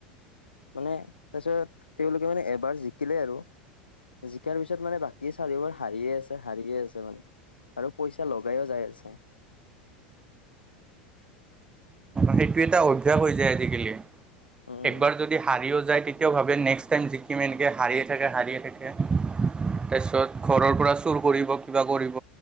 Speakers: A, on the left (about 80°); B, on the right (about 20°).
A: মানে তাৰপিছত, তেওঁলোকে মানে এবাৰ জিকিলে আৰু জিকাৰ পিছত মানে বাকী চাৰিওবাৰ হাৰিয়ে আছে, হাৰিয়ে আছে মানে। আৰু পইচা লগাইয়ো যাই আছে।
B: সেইটো এটা অভ্যাস হৈ যায় আজিকালি,
A: উম
B: একবাৰ যদি হাৰি গৈছে যায়, তেতিয়াও ভাবে নেক্সট টাইম জিকিমে নেকি, এনেকে হাৰিয়ে থাকে, হাৰিয়ে থাকে। তাৰপিছত ঘৰৰ পৰা চুৰ কৰিব, কিবা কৰিব,